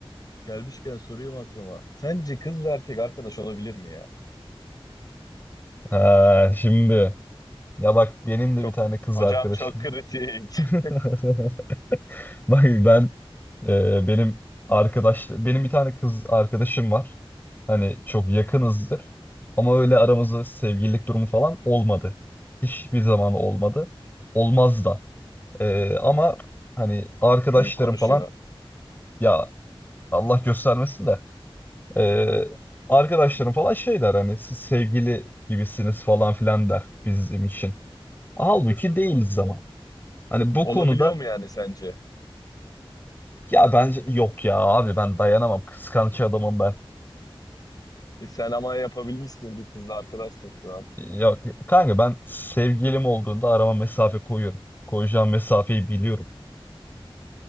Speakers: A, on the left (about 40°); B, on the left (about 20°).
A: gelmişken sorayım aklıma. Sence kız ve erkek arkadaş olabilir mi ya?
B: Ha, şimdi ya bak benim de
A: Çok
B: bir tane kız
A: hocam
B: arkadaşım.
A: çok kritik.
B: <laughs>
A: <laughs>
B: <laughs> Bak ben e, benim arkadaş benim bir tane kız arkadaşım var. Hani çok yakınızdır. Ama öyle aramızda sevgililik durumu falan olmadı. Hiçbir zaman olmadı. Olmaz da. E, ama hani arkadaşlarım
A: Büyük konuşuyor.
B: falan ya Allah göstermesin de e, arkadaşlarım falan şey der hani siz sevgili gibisiniz falan filan der bizim için. Halbuki değiliz ama. Hani bu
A: Olabiliyor
B: konuda
A: mu yani sence?
B: ya bence yok ya abi ben dayanamam. Kıskanç adamım ben.
A: E, sen ama yapabilmişsin bir kızla arkadaşsın şu an.
B: Ya kanka ben sevgilim olduğunda arama mesafe koyuyorum. Koyacağım mesafeyi biliyorum.